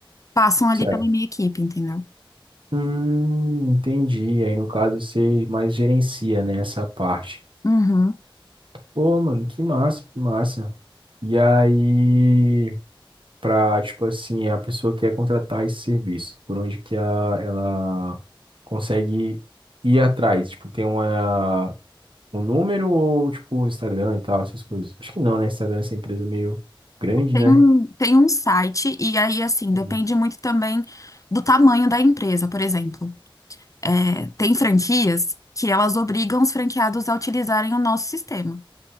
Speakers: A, on the left; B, on the right.
A: passam ali
B: Certo.
A: pela minha equipe, entendeu?
B: Hum, entendi. Aí no caso você mais gerencia, né, essa parte.
A: Uhum.
B: Pô, mano, que massa, que massa. E aí, pra, tipo assim, a pessoa quer contratar esse serviço, por onde que ela, ela consegue ir atrás? Tipo, tem uma, um número ou, tipo, um Instagram e tal, essas coisas? Acho que não, né? Instagram é essa empresa meio grande,
A: Tem
B: né?
A: um, tem um site, e aí, assim,
B: Sim.
A: depende muito também do tamanho da empresa, por exemplo. É, tem franquias que elas obrigam os franqueados a utilizarem o nosso sistema.